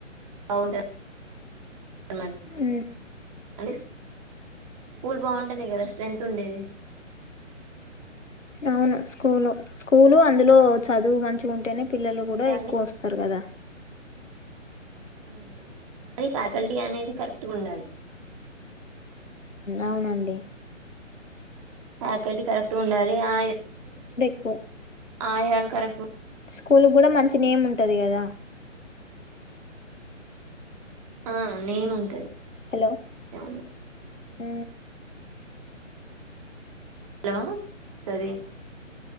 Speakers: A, on the right; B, on the left.
A: అవును అ
B: ఉమ్
A: అంటే స్కూల్ బావుంటేనే కదా స్ట్రెంత్ ఉండేది
B: అవును స్కూల్ స్కూలు అందులో చదువు మంచిగా ఉంటేనే పిల్లలు కూడా
A: ఇంకా అండి
B: ఎక్కువ వస్తారు కదా
A: అవును మరి ఫ్యాకల్టీ అనేది కరెక్ట్గా ఉండాలి
B: అవునండి
A: ఫ్యాకల్టీ కరెక్ట్ ఉండాలి ఆ
B: ప్పు
A: ఆయళ కరెక్ట్
B: స్కూల్ కూడా మంచి నేమ్ ఉంటది కదా
A: ఆ నేమ్ ఉంటది
B: హలో
A: అవును
B: అ
A: హలో సది